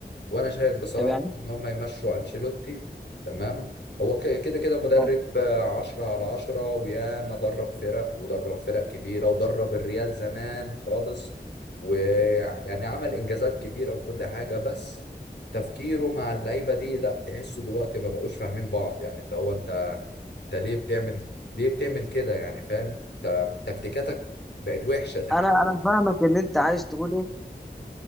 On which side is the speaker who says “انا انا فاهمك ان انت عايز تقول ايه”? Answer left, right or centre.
Centre